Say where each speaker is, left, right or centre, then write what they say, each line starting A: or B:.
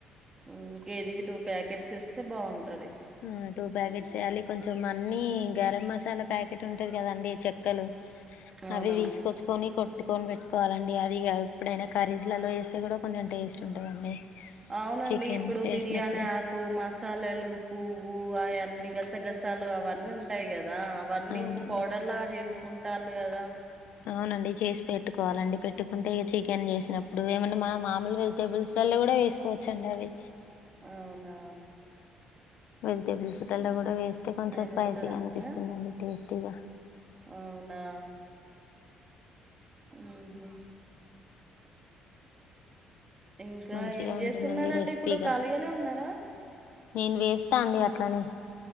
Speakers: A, on the right (about 20°); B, on the left (about 70°).
A: ఊ కేజీకి టూ ప్యాకెట్స్ ఇస్తే బావుంటది
B: ఆ టూ ప్యాకెట్స్ వేయాలి కొంచెం అన్నీ గరం మసాలా ప్యాకెట్ ఉంటది కదండి చెక్కలు
A: అవునవును
B: అవి తీసుకొచ్ కొని కొట్టుకొని పెట్టుకోవాలండి అది కాదు ఎప్పుడైనా కర్రీస్లల్లో ఏస్తే కూడా కొంచెం టేస్ట్ ఉంటదండి
A: అవునండి
B: చికెన్
A: ఇప్పుడు
B: వేసినప్పుడు
A: బిర్యానీ ఆ కు మసాలాలు పువ్వు అయన్నీ గసగసాలు అవన్నీ ఉంటాయి కదా అవన్నీ
B: అవునండి
A: ఒక పౌడర్ లాగా చేసుకుంటాల్లు గదా
B: అవునండి చేసి పెట్టుకోవాలండి పెట్టుకుంటే ఏ చికెన్ చేసినప్పుడు ఏమన్నా మా మాములు వే టేబుల్స్ లల్లో కూడా వేసుకోవచ్చు అండి అవి
A: అవునా
B: వెజిటబుల్స్ కల్లో
A: ఉమ్.
B: కూడా వేస్తే కొంచెం
A: ఆయన
B: స్పైసీగా
A: వండుతాడా
B: అనిపిస్తుందండి
A: కూర
B: టేస్టీగా
A: అవునా ఊహూ ఇంకా
B: మంచిగా
A: ఏం
B: ఉంటుందండి
A: చేస్తున్నారండి
B: రెసిపీగా
A: ఇప్పుడు ఖాళీగానే ఉన్నారా
B: నేను వేస్తా అండి అట్లనే